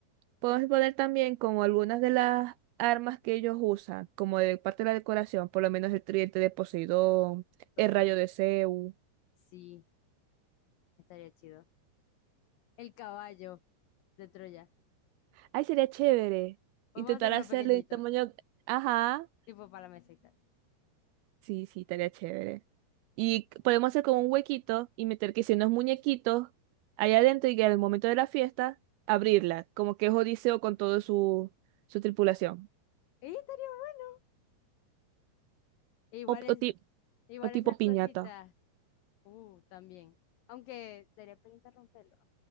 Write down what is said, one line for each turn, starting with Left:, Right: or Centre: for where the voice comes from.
Right: Podemos poner también como algunas de las armas que ellos usan, como de parte de la decoración, por lo menos el tridente de Poseidón,
Left: Total,
Right: el rayo de Zeus.
Left: sí, estaría chido. El caballo de Troya.
Right: Ay, sería chévere.
Left: Vamos
Right: Intentar
Left: a hacer uno
Right: hacerle
Left: pequeñito,
Right: el tamaño. Ajá.
Left: tipo para la mesa y tal.
Right: Sí, sí, estaría chévere. Y c- podemos hacer como un huequito y meter que si unos muñequitos allá adentro y que al momento de la fiesta abrirla, como que es Odiseo con toda su, su tripulación.
Left: ¡Ey, estaría bueno! E igual
Right: O,
Left: es,
Right: o ti-
Left: igual
Right: o
Left: esas
Right: tipo
Left: cositas.
Right: piñata.
Left: Uh, también. Aunque daría penita romperlo.